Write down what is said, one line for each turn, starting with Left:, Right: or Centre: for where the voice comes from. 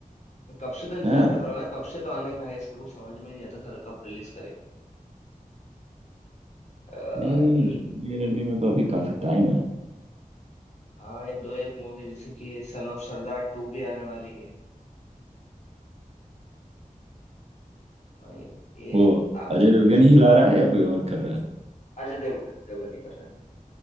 Left: मैं कब से तो इंतजार
Right: हाँ
Left: कर रहा हूँ यार कब से तो आने का है इसका कुछ समझ में नहीं आता सर कब रिलीज करेंगे अ,
Right: नहीं
Left: न-
Right: जुबली एलएलबी में तो अभी काफी टाइम है
Left: हाँ ये दो एक मूवी जैसे कि सन ऑफ सरदार टू भी आने वाली है और ये ये
Right: वो
Left: अ-
Right: अजय देवगन ही ला रहा है या कोई और कर रहा है
Left: अजय देवगन अजय देवगन नहीं कर रहे हैं